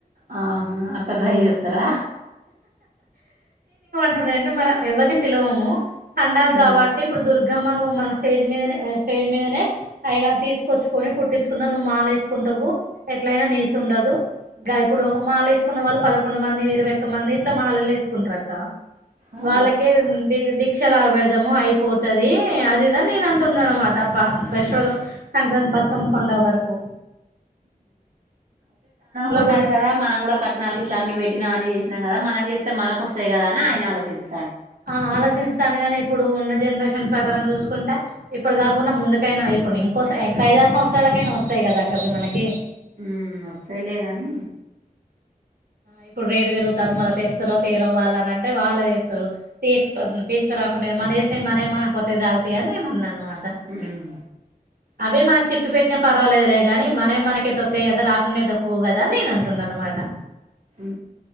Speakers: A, on the right; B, on the right.
A: ఆహా ఆత రై చేస్తరా
B: అండి మనం ఎవరిని పిలవము పండగ
A: ఉమ్
B: కాబట్టి ఇప్పుడు దుర్గమ్మను మన స్టేజ్ మీద నె స్టేజ్ మీదనే అయగారు తీసుకొచ్చుకని కుట్టించుకుందా నువ్వు మాలవేసుకుంటవు ఎట్లయినా నీసు ఉండదు. గ ఇప్పుడు మాల వేసుకున్న వాళ్ళు పదకొండు మంది ఇరవై ఒక్క మంది ఇట్లా మాలలు వేసుకుంటరు అక్క
A: ఆ
B: వాళ్ళకె ది పక్షలా పెడదామో అయిపోతుది అదిదని నేను అంటున్నాను అనమాట పా ఫెస్టివల్ సంక్రాంతి బతుకమ్మ పండగ వరకు
A: కుంటాండు
B: పెడితే
A: కదా మనం కూడా కట్నాల ఇట్లా అన్ని పెట్టి అని చేసినామ్ కద మనం చేస్తే మనకొస్త కదాని ఆయన ఆలోచించి
B: ఆ ఆలోచిస్తాండు గానే ఇప్పుడు ఉన్న జనరేషన్ ప్రకారం చూసుకుంటే ఇప్పుడు కాకున్నా ముందుకైనా ఇప్పుడు ఇంకో ఇంకా ఐదారు సంవత్సరాలకైనా వస్తాయి కదా అక్క అవి మనకి
A: ఉమ్ వస్తాయిలే గాని
B: ఇప్పుడు రేటు పెరుగుతాంది మళ్ళా తెస్తారో తేరో వాళ్లు అని అంటే వాళ్లే తెస్తరు తీసుకో తీసుకురా మనమేసిన మనయి మనకు వతే జాల్ తీ అని నేను అన్నాననమాట
A: ఉమ్
B: అవే మనకు తిప్పి పెట్టిన పర్వాలేదు లే గాని మనయి మనకైతె తొత్తయి కదా రాకుండైతే పోవు కదా అని నేను అంటున్నా అనమాట
A: ఆ